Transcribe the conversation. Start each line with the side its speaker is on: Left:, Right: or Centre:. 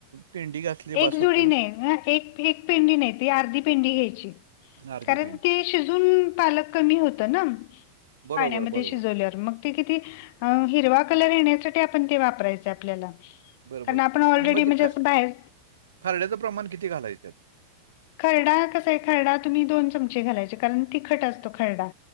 Right: पेंडी घातली
Left: एक
Right: बास होते
Left: जोडी
Right: ना
Left: नाही, एक एक पेंडी नाही ती, अर्धी पेंडी घ्यायची.
Right: अर्धी
Left: कारण
Right: पेंडी
Left: ते शिजून पालक कमी होत ना!
Right: बरोबर
Left: पाण्यामध्ये
Right: बरोबर
Left: शिजवल्यावर मग, किती हिरवा कलर येण्यासाठी आपण ते वापरायच आपल्याला.
Right: बरोबर
Left: कारण आपण ऑलरेडी
Right: आणि मग
Left: म्हणजे
Right: ते ख-
Left: असं बाहेर.
Right: खरड्याचं प्रमाण किती घालायचं?
Left: खरडा कसा आहे, खरडा तुम्ही दोन चमचे घालायचे कारण तिखट असतो खरडा.